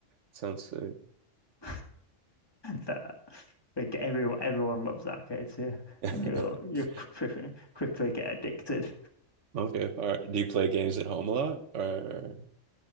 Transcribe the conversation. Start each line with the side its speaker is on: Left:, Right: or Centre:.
Right: Sounds sick.
Left: <laughs> that like everyone everyone loves arcades here,
Right: <laughs>
Left: and you you <laughs> quickly get addicted
Right: Okay. All right. Do you play games at home a lot or?